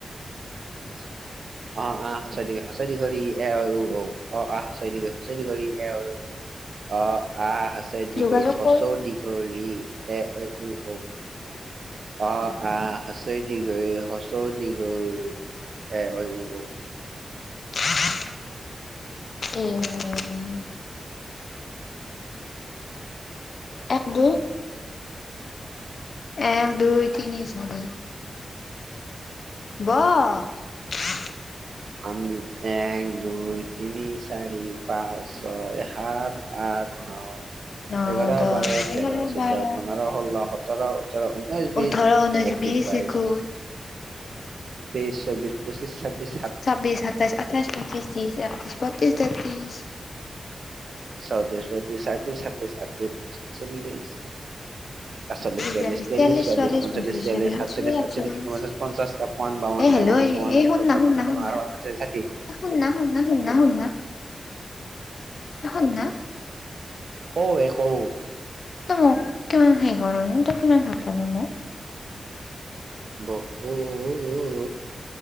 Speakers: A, on the right; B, on the left.
A: <unintelligible> <unintelligible>
B: যোগাযোগ কৰো
A: অ আহ হচৈ দিঘই হচৌ দিঘ উ এ ৱৈ উ অ ঔঁ
B: হা হা উ উম এক দু ই এ দুইতিনি চাৰি বহ।
A: আমি এক, দুই, তিনি, চাৰি। পাঁচ, ছয় সাত, আঠ, ন,
B: ন
A: এঘাৰ,
B: দহ
A: বাৰ,
B: এঘাৰ
A: তেৰ, চৈধ্য,
B: বাৰ
A: পোন্ধৰ, ষোল্ল, সোতৰ <unintelligible> উঠল, ঊনৈশ বিশ,
B: ওঠৰ ঊনৈশ
A: একৈশ
B: বিশ
A: বাইশ।
B: একৈশ
A: তেইশ, চৌবিশ, পঁচিছ, ছাব্বিছ।
B: ছাব্বিশ, শাতাইশ, আঠাইছ, উনত্ৰিশ, ত্ৰিশ, একত্ৰিশ, বত্ৰিশ, তেত্ৰিশ।
A: চৌত্ৰিশ, পঁইত্ৰিশ, ছাইত্ৰিশ, সাতত্ৰিছ, আঠত্ৰিশ, চল্লিছ । একচল্লিছ, বিয়াল্লিশ,
B: বিয়াল্লিছ,
A: তিয়াল্লিছ, চৱাল্লিছ,
B: চুৱাল্লিছ,
A: পঞ্চল্লিছ, ছিয়ল্লিছ,
B: ছয়ল্লিছ,
A: সাতচল্লিশ,
B: সাতচল্লিছ, আঠচল্লিছ
A: আঠচল্লিশ, উনপঞ্চাছ, পঞ্চাশ। একাৱন, বাৱন,
B: এ হেল্ল'
A: তেৱন্ন, চৌৱন্ন,
B: এই
A: পচপন,
B: শুননা
A: ছাপৱন্ন,
B: শুননা
A: সাতাৱন্ন,
B: শুননা
A: আঠাৱন্ন, ঊনষাঠি, ষাঠি।
B: এ শুননা শুননা শুননা শুননা এ শুননা
A: কও এ কও।
B: তই মোক কিমান হেৰি কৰা নো তই কিমান ভাল পোৱানো মোক।
A: বহুত